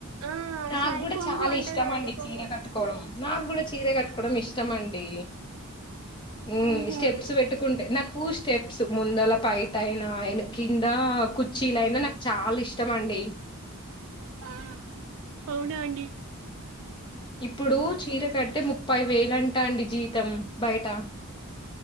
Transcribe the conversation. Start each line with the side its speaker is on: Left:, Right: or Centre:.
Right: ఆ
Left: నాకు
Right: శారీ
Left: కూడా
Right: కొంగు
Left: చాలా
Right: అంటారు
Left: ఇష్టం
Right: కదండి
Left: అండి
Right: కొంగు
Left: చీర కట్టుకోవడం నాకూడా చీరే కట్టు డం ఇష్టం అండి ఉమ్
Right: ఊహూ
Left: స్టెప్స్ పెట్టుకుంటే నాకు టు స్టెప్స్ ముందల పైట అయినా అయినా కిందా కు చీల అయినా నాకు చాలా ఇష్టం అండి
Right: ఆ అవునా అండి
Left: ఇప్పుడు చీర కడితే ముప్పై వేలు అంటా అండి జీతం బయట